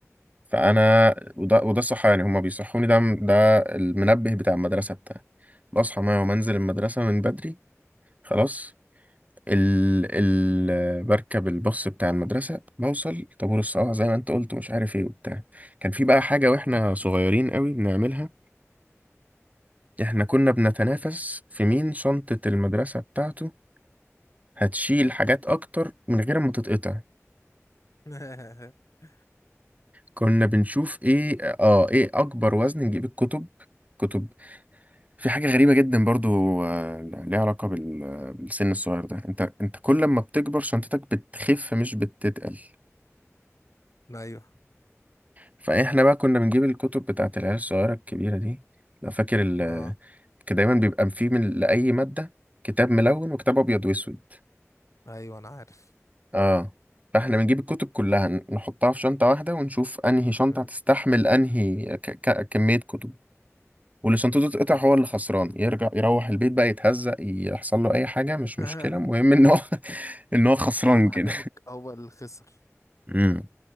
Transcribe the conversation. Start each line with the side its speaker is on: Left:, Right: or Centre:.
Right: فانا وده وده الصحيان يعني هما بيصحوني ده ده
Left: مم.
Right: المنبه بتاع المدرسه بتاعي بصحى معايا ومنزل
Left: مم.
Right: المدرسه من بدري خلاص ال ال بركب الباص بتاع المدرسة بوصل طابور الصباح زي ما انت قلت مش عارف ايه وبتاع كان في بقى حاجة
Left: مم.
Right: واحنا صغيرين قوي بنعملها احنا كنا بنتنافس في مين شنطة المدرسة بتاعته هتشيل حاجات اكتر من غير ما تتقطع
Left: <laughs>
Right: كنا بنشوف ايه اه ايه اكبر وزن نجيب الكتب كتب في حاجة غريبة جدا برضو آه، ليها علاقة بال- بالسن الصغير ده انت انت كل ما بتكبر شنطتك بتخف مش بتتقل
Left: ايوه
Right: فاحنا بقى كنا بنجيب الكتب بتاعت العيال الصغيره الكبيره دي لو فاكر ال
Left: اه
Right: كان دايما بيبقى فيه من لاي ماده كتاب ملون وكتاب ابيض واسود
Left: ايوه انا عارف
Right: اه فاحنا بنجيب الكتب كلها نحطها في شنطه واحده ونشوف انهي
Left: مش
Right: شنطه
Left: فلوس
Right: هتستحمل انهي ك... ك... كميه كتب واللي شنطته تتقطع
Left: اه
Right: هو اللي خسران يرجع يروح البيت بقى يتهزق يحصل له اي حاجه مش
Left: <laughs>
Right: مشكله المهم ان هو <laughs> ان هو خسران
Left: اهم حاجه
Right: كده
Left: هو هو اللي خسر
Right: امم